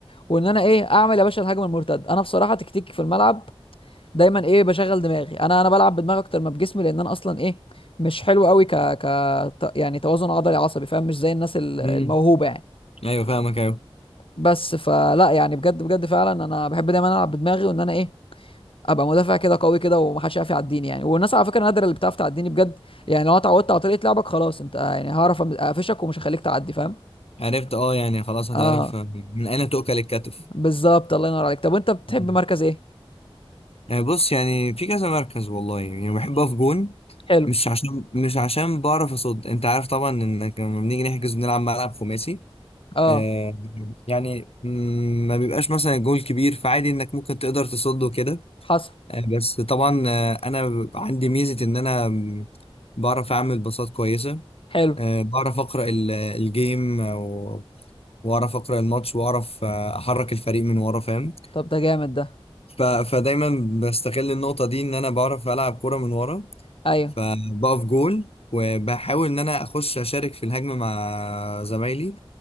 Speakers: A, on the left; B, on the left.
A: وان انا ايه اعمل يا باشا الهجمه المرتده انا بصراحه تكتيكي في الملعب دايما ايه بشغل دماغي انا انا بلعب بدماغي اكتر ما بجسمي لان انا اصلا ايه مش حلو قوي ك ك ت- يعني توازن عضلي عصبي فاهم مش زي الناس ال- الموهوبه
B: امم
A: يعني
B: ايوه فاهمك ايوه
A: بس فلا يعني بجد بجد فعلا انا بحب دايما العب بدماغي وان انا ايه ابقى مدافع كده قوي كده ومحدش يعرف يعديني يعني والناس على فكره نادره اللي بتعرف تعديني بجد يعني لو أنا اتعودت على طريقه لعبك خلاص انت يعني هعرف أم- اقفشك ومش هخليك تعدي فاهم
B: عرفت اه يعني خلاص هتعرف
A: اه
B: من اين تؤكل الكتف
A: بالظبط الله ينور عليك طب وانت بتحب
B: مم.
A: مركز ايه
B: يعني بص يعني في كذا مركز والله يعني بحب اقف جون
A: حلو
B: مش عشان مش عشان بعرف اصد انت عارف طبعا انك لما بنيجي نحجز بنلعب ملعب خماسي
A: اه
B: آه يعني مم، ما بيبقاش مثلا الجول كبير فعادي انك ممكن تقدر تصده كده
A: حصل
B: آه، بس طبعا آه، انا عندي ميزه ان انا آم، بعرف اعمل باصات كويسه
A: حلو
B: آه، بعرف اقرا ال- الجيم و- واعرف اقرا الماتش واعرف آه، احرك الفريق من ورا فاهم
A: طب ده جامد ده
B: ف- فدايما بستغل النقطه دي ان انا بعرف العب كوره من ورا
A: ايوه
B: فبقف جول وبحاول ان انا اخش اشارك في الهجمه مع زمايلي